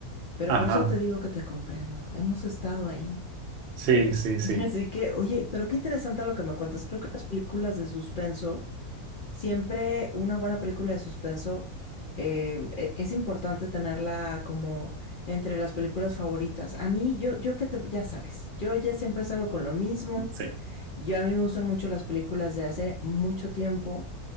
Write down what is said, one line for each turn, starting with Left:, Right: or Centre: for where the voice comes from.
Left: Pero
Right: Ajá.
Left: por eso te digo que te comprendo. Hemos estado ahí.
Right: Sí,
Left: <laughs>
Right: sí, sí,
Left: Así que, oye, pero qué interesante lo que me cuentas. Creo que las películas de suspenso, siempre una buena película de suspenso, eh, e- es importante tenerla como entre las películas favoritas. A mí, yo, yo que te, ya sabes, yo ya siempre salgo con lo mismo.
Right: sí.
Left: Yo a mí me gustan mucho las películas de hace mucho tiempo